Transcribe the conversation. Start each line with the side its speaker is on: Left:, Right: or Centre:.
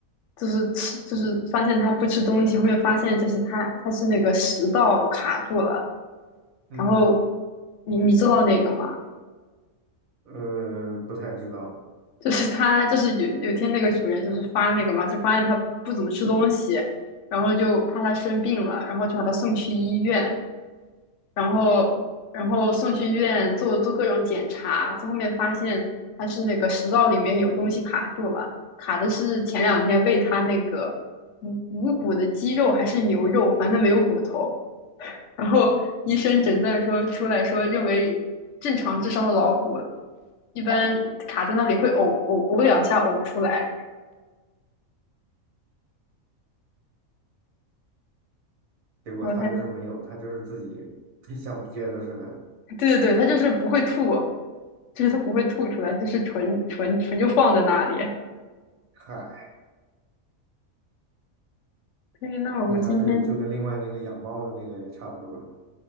Left: 就是吃就是发现他不吃东西，后面发现就是他他是那个食道卡住了，
Right: 嗯，
Left: 然后你你知道那个吗？
Right: 呃，不太知道。
Left: 就是他就是有有天那个主人就是发那个嘛，就发现他不怎么吃东西，然后就怕他生病了，然后就把他送去医院，然后然后送去医院做做各种检查，最后面发现他是那个食道里面有东西卡住了，卡的是前两天喂他那个无无骨的鸡肉还是牛肉，反正没有骨头。然后医生诊断说出来说，认为正常智商的老虎一般卡在那里会呕呕呕两下呕出来，
Right: 结果他就是没有，
Left: 然后他
Right: 他就是自己 <laughs> 像憋着似的。
Left: 对对对，他就是不会吐，就是他不会吐出来，就是纯纯纯就放在那里。
Right: 嗨，
Left: 所以那我们今天
Right: 那他就就跟另外那个养猫的那个也差不多了。